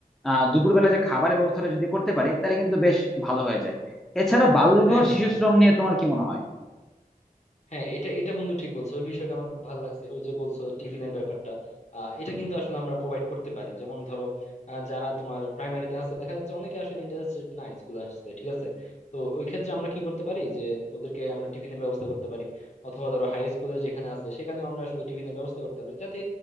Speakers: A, in the centre; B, on the left.
A: আহ দুপুরবেলা যে খাবারের ব্যবস্থাটা যদি করতে পারে তাহলে কিন্তু বেশ ভালো হয়ে যায় এছাড়া বাল্যবিবাহ
B: হ্যাঁ হ্যাঁ
A: শিশু
B: হ্যাঁ
A: শ্রম নিয়ে তোমার কি মনে হয়
B: হ্যাঁ এটা এটা বন্ধু ঠিক বলছো ওই বিষয়টা আমার খুব ভালো লাগছে ওই যে বলছো টিফিনের ব্যাপারটা আহ, এটা কিন্তু আসলে আমরা প্রোভাইড করতে পারি যেমন ধরো আহ, যারা তোমার প্রাইমারিতে আছে দেখা যাচ্ছে অনেকে আসলে ইন্টারেস্টেড না স্কুলে আসতে ঠিক আছে তো ওই ক্ষেত্রে আমরা কি করতে পারি যে ওদেরকে আমরা টিফিনের ব্যবস্থা করতে পারি অথবা ধরো হাই স্কুলে যেখানে আছে সেখানে আমরা আসলে টিফিনের ব্যবস্থা করতে পারি যাতে